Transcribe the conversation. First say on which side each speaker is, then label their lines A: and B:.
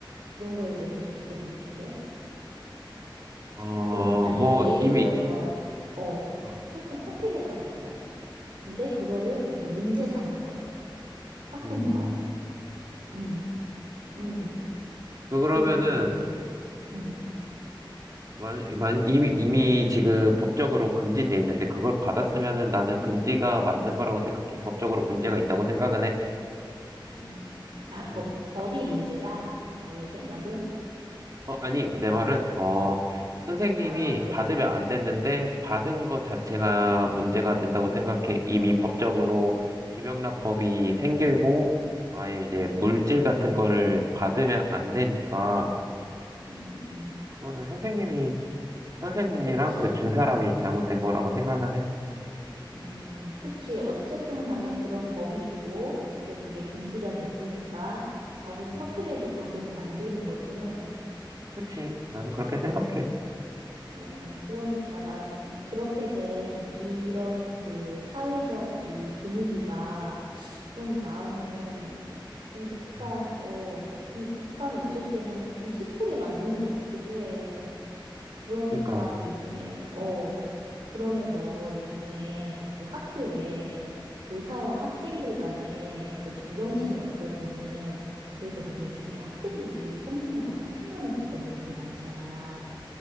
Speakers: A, on the right; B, on the right.
A: 그런 거에 대해서는 어떻게 생각해?
B: 어,
A: 그런, 만약에
B: 뭐,
A: 예를
B: 이미,
A: 들어서, 어,
B: 음,
A: 선생님 커피를 받았어. 근데 그거를 이제 문제 삼은 거야. 학부모가.
B: 음,
A: 음, 음,
B: 그러면은,
A: 그거에 대해서는 어떻게, 음,
B: 만, 만, 이미, 이미 지금 법적으로 금지돼 있는데, 그걸 받았으면은 나는 금지가 맞는 거라고 생각해. 법적으로 문제가 있다고 생각은 해.
A: 음. 아,
B: 음.
A: 법, 법이
B: 아,
A: 문제다? 너의 생각은?
B: 어, 아니, 내 말은, 어, 선생님이
A: 아, 그,
B: 받으면 안 됐는데, 받은 것 자체가 문제가 된다고 생각해. 이미 법적으로 김영란법이 생기고, 아예 이제
A: 음,
B: 물질 같은 거를 받으면 안 되니까,
A: 음, 음.
B: 그거는 선생님이, 선생님이랑
A: 그치.
B: 그 준 사람이 잘못된 거라고 생각을 해.
A: 음, 그치. 어쨌든 간에 그런 법이 있고, 이제 그게 금지가 됐으니까 작은 커피라도
B: 음,
A: 받으면 안 되는 거지. 응?
B: 그치. 나는 그렇게 생각해.
A: 어, 그러니까 나는 그렇게 된 이런 그 사회적 이 분위기가 좀 마음을 좀 약간,
B: 음,
A: 어, 좀 약간 어쩔 때는 좀 슬프게 만드는 것 같기도 해. 그러니까
B: 그러니까,
A: 요즘에, 어, 그러면 너 요즘에 그 학교에 교사와 학생들 간에 그 존경심이 없어지는, 그래서 막 요즘에 학생들이 선생님 막 폭행하는 사건도 되게 많잖아.